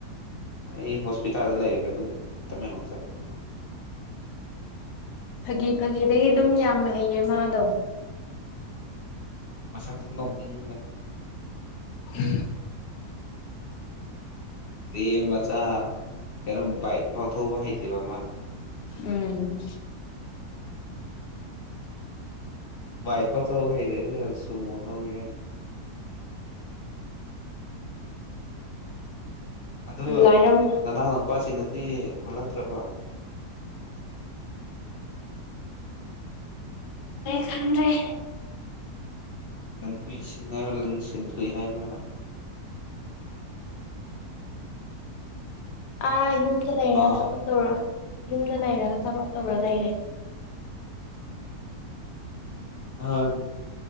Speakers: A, on the left; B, on the left.
A: ꯑꯩ ꯍꯣꯁꯄꯤꯇꯥꯜꯗ ꯂꯩꯔꯒ ꯑꯗꯨꯝ ꯇꯃꯦꯡꯂꯣꯡ ꯆꯠꯄꯅꯤꯅ
B: ꯐꯥꯒꯤ ꯐꯥꯒꯤꯗꯒꯤ ꯑꯗꯨꯝ ꯌꯥꯝꯅ ꯍꯩꯌꯦ ꯃꯥꯗꯣ
A: ꯃꯁꯛꯇꯣ ꯅꯣꯛꯅꯤꯡ
B: ꯎꯝ
A: ꯃꯤ ꯃꯆꯥ ꯀꯩꯅꯣꯝ ꯕꯥꯏꯛ ꯐꯥꯎ ꯊꯧꯕ ꯍꯩꯇꯦꯕ ꯃꯥꯗꯣ
B: ꯎꯝ
A: ꯕꯥꯏꯛ ꯐꯥꯎ ꯊꯥꯎ ꯍꯩꯇꯕ ꯃꯤꯅ ꯁꯨꯃꯣ ꯊꯧꯏ ꯍꯥꯏ ꯑꯗꯨ
B: ꯂꯥꯏꯔꯝ
A: ꯅꯅꯥꯎꯅꯨꯄꯥꯁꯤꯡꯗꯗꯤ ꯍꯜꯂꯛꯇ꯭ꯔꯕꯣ
B: ꯗꯨꯝ ꯂꯩ
A: <unintelligible> ꯍꯥꯏꯕ
B: ꯑꯥ ꯌꯨꯝꯗ ꯂꯩꯔ
A: ꯅꯍꯥꯟ
B: ꯊꯕꯛ ꯇꯧꯔ ꯌꯨꯝꯗ ꯂꯩꯔꯒ ꯊꯕꯛ ꯇꯧꯔ ꯂꯩꯔꯦ
A: ꯍꯥꯡ